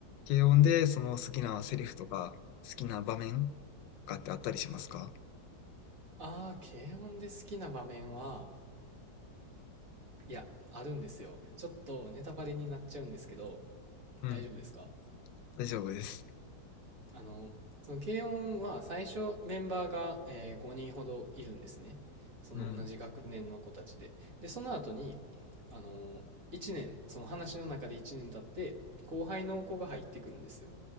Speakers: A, on the left; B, on the right.
A: 軽音でその好きなセリフとか、好きな場面とかってあったりしますか
B: あー、軽音で好きな場面は、いや、あるんですよ。ちょっとネタバレになっちゃうんですけど、
A: うん。
B: 大丈夫ですか
A: 大丈夫です。
B: あの、その軽音は最初メンバーが、えー5人ほどいるんですね。その同じ学年の子たちで。
A: うん。
B: で、その後に、あの、1年、その話の中で1年経って、後輩の子が入ってくるんですよ。